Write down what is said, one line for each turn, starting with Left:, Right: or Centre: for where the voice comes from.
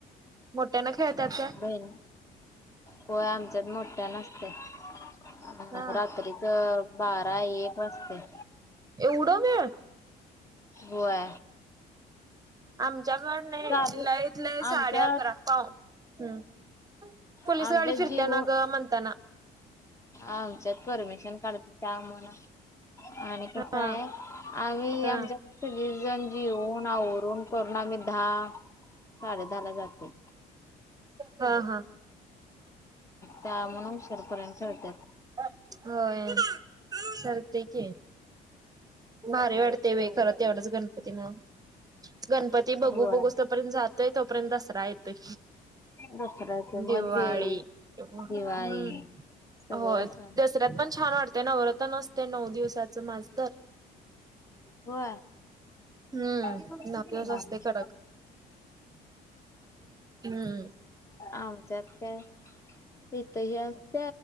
Right: मोठ्याना खेळतात
Left: हम्
Right: काय
Left: बहिण होय आमच्यात मोठ्यान असतय ह
Right: हा
Left: रात्रीच बारा एक वाजतय
Right: एवढं वेळ
Left: होय.
Right: आमच्या कड नाही
Left: चालू
Right: लयत लंय साडे
Left: आमच्यात
Right: अकरा पाव हम्म पोलीस
Left: आमच्यात
Right: गाडी फिरत्या
Left: जिओ
Right: ना ग म्हणताना.
Left: आमच्यात परमिशन काढत त्या म्हणा आणि कसं
Right: हा
Left: आहे आम्ही
Right: हा
Left: आमच्या. सगळी जण जेऊन आवरून करून आम्ही दहा साडे दहाला जाते.
Right: हा हा.
Left: त्यामुळ उशीरपर्यंत तळत्याात.
Right: होय, सारते की. भारी वाढते बाई खरं तेवढच गणपती मुळ गणपती बघू
Left: होय
Right: बघू <inaudible> <inaudible> तोय तोपर्यंत दसरा येतोय,
Left: दसऱ्याचे
Right: दिवाळी
Left: मग दे
Right: हम्म.
Left: दिवाळी सगळं
Right: होय
Left: सण
Right: दसऱ्यात पण छान वाटते नवरात नसते नऊ दिवसाचं माज तर.
Left: होय.
Right: हम्म
Left: हम्
Right: नऊ दिवस असतय कडक हम्म
Left: आमच्यात काय. इथ ह असत